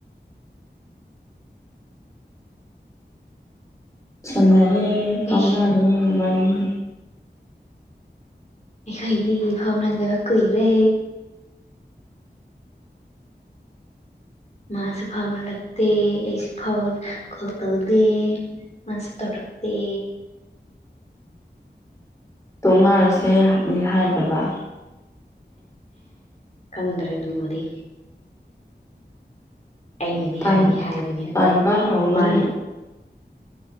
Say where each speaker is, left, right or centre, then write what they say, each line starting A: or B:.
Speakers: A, on the left; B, on the left.
A: ꯁꯅꯔꯤ ꯐꯥꯎꯅꯔꯤꯕꯥꯅꯤ
B: ꯑꯩꯁ ꯈꯥꯏꯗꯤ ꯐꯥꯎꯅꯥꯖꯕ ꯀꯨꯏꯔꯦ ꯃꯥꯁꯨ ꯐꯥꯎꯅꯔꯛꯇꯦ ꯑꯩꯁꯨ ꯐꯥꯎꯅ ꯀ ꯇꯧꯗꯦ ꯃꯥꯁꯨ ꯇꯧꯔꯛ ꯇ
A: ꯇꯣꯛꯅꯔꯁꯦꯅꯤ ꯍꯥꯏꯗꯕ
B: ꯀꯗ꯭ꯔꯦ ꯑꯗꯨ ꯎꯕꯗꯤ ꯑꯩꯅꯗꯤ
A: ꯇꯟ
B: ꯍꯥꯏꯗꯤ ꯍꯥꯏꯕꯅꯦ ꯑꯗꯨ
A: ꯇꯟꯕ ꯍꯧꯕꯒꯤꯔꯣ
B: ꯃꯥꯅꯦ